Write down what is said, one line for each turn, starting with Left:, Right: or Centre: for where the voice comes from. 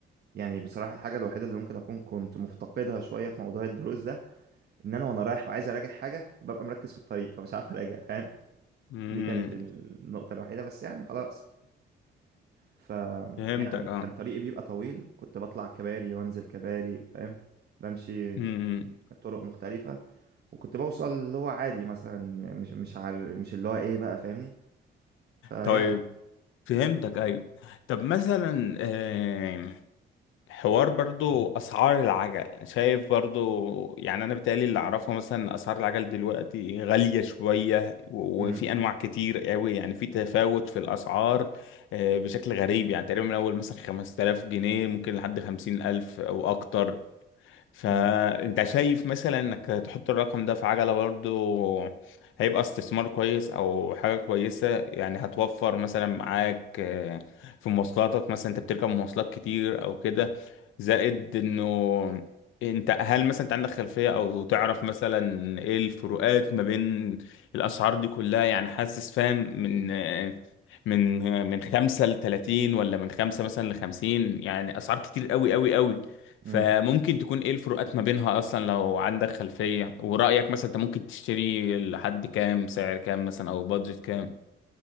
Right: يعني بصراحه الحاجه الوحيده اللي ممكن اكون كنت مفتقدها شويه في موضوع الدروس ده ان انا وانا رايح وعايز اراجع حاجه ببقى مركز في الطريق فمش عارف اراجع فاهم
Left: امم
Right: دي كانت النقطه الوحيده بس يعني خلاص ف
Left: فهمتك
Right: يعني
Left: اه
Right: كان طريقي بيبقى طويل كنت بطلع كباري وانزل كباري فاهم بمشي
Left: امم
Right: طرق مختلفه وكنت بوصل اللي هو عادي مثلا مش مش عار... مش اللي هو ايه بقى فاهمني فيعني
Left: طيب فهمتك ايوه طب مثلا آه، حوار برضو اسعار العجل شايف برضو يعني انا بيتهيألي اللي اعرفه مثلا اسعار العجل دلوقتي غالية شوية و-
Right: امم
Left: وفي انواع كتير قوي يعني في تفاوت في الاسعار آه، بشكل غريب يعني تقريبا من اول مثلا 5000 جنيه ممكن لحد 50000 او اكتر فانت
Right: امم
Left: شايف مثلا انك تحط الرقم ده في عجلة برضو هيبقى استثمار كويس او حاجة كويسة يعني هتوفر مثلا معاك آه، في مواصلاتك مثلا انت بتركب مواصلات كتير او كده زائد انه انت هل مثلا انت عندك خلفية او تعرف مثلا ايه الفروقات ما بين الاسعار دي كلها يعني حاسس فاهم من آه، من آه، من خمسة لتلاتين ولا من خمسة مثلا لخمسين يعني اسعار كتير قوي قوي قوي فممكن
Right: امم
Left: تكون ايه الفروقات ما بينها اصلا لو عندك خلفية ورأيك مثلا انت ممكن تشتري لحد كام سعر كام مثلا او بادجت كام